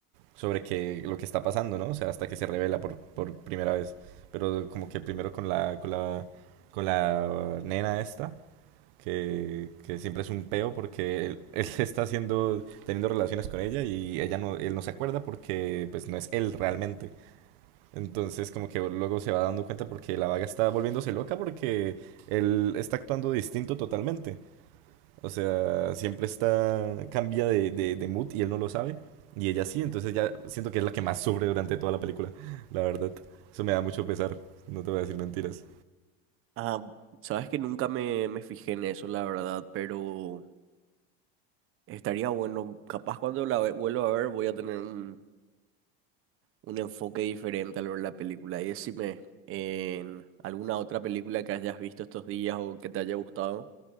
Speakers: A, on the right (about 75°); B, on the right (about 45°).
A: sobre que, lo que está pasando, ¿no? O sea, hasta que se revela por, por primera vez. Pero como que primero con la, con la, con la nena esta que, que siempre es un peo porque él, <laughs> él está haciendo, teniendo relaciones con ella y ella no, él no se acuerda porque pues no es él realmente. Entonces como que luego se va dando cuenta porque la vaga está volviéndose loca porque él está actuando distinto totalmente. O sea, siempre está, cambia de, de, de mood y él no lo sabe. Y ella sí, entonces ya siento que es la que más sufre durante toda la película, la verdad. Eso me da mucho pesar, no te voy a decir mentiras.
B: Ah, sabes que nunca me, me fijé en eso, la verdad, pero... Estaría bueno, capaz cuando la ve- vuelva a ver voy a tener un, un enfoque diferente al ver la película. Y decime, en alguna otra película que hayas visto estos días o que te haya gustado.